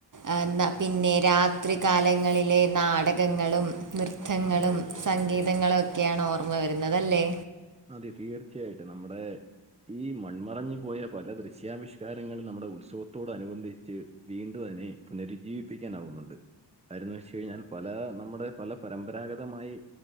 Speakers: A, on the right; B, on the right.
A: ആഹ് ന്ന പിന്നെ രാത്രി കാലങ്ങളിലെ നാടകങ്ങളും നൃത്തങ്ങളും
B: അതെ അതെ അതെ
A: സംഗീതങ്ങളുംക്കെയാണ്
B: അതെ
A: ഓർമ്മ വരുന്നതല്ലേ
B: അതെ തീർച്ചയായിട്ടും നമ്മുടെ ഈ മൺമറഞ്ഞു പോയ പല ദൃശ്യാവിഷ്കാരങ്ങളും നമ്മുടെ ഉത്സവത്തോട് അനുബന്ധിച്ച് വീണ്ടു അതിനെ പുനരുജ്ജീവിപ്പിക്കാനാവുന്നുണ്ട് കാര്യന്ന് വെച്ച് കഴിഞ്ഞാൽ പല നമ്മുടെ പല പരമ്പരാഗതമായി